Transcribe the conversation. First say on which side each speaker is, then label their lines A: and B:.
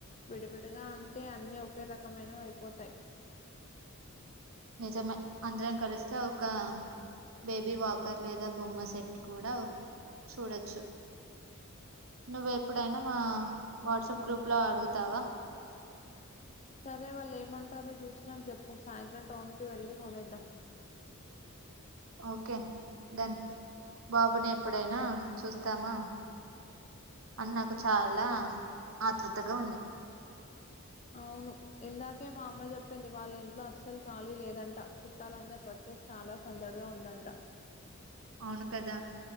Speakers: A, on the left; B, on the right.
A: విడివిడిగా అంటే అన్ని ఒకే రకమైనవి అయిపోతాయి
B: నిజమే అందరం కలిస్తే ఒక బేబీ వాకర్ లేదా బొమ్మ సెట్ కూడా చూడొచ్చు నువ్వెప్పుడైనా మా వాట్సాప్ గ్రూప్ లో అడుగుతావా
A: సరే వాళ్ళు ఏమంటారో చూసినక చెప్పు సాయంత్రం టౌన్ కి వెళ్ళి కొనేద్దాం
B: ఓకే డన్ బాబుని ఎప్పుడైనా చూస్తామా అని నాకు చాలా ఆతృతగా ఉంది
A: అవును ఇందాకే మా అమ్మ చెప్పింది వాళ్ళ ఇంట్లో అస్సలు ఖాళీ లేదంట చుట్టాలందరు వచ్చేసి చాలా సందడిగా ఉందంట
B: అవును కదా